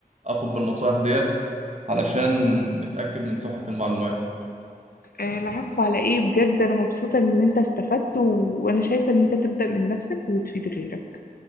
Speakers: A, on the right; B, on the left.
A: اخد بالنصايح ديت علشان نتاكد من صحه المعلومات
B: آه، العفو على إيه بجد أنا مبسوطة إن أنت استفدت و... وأنا شايفة إن أنت تبدأ من نفسك وتفيد غيرك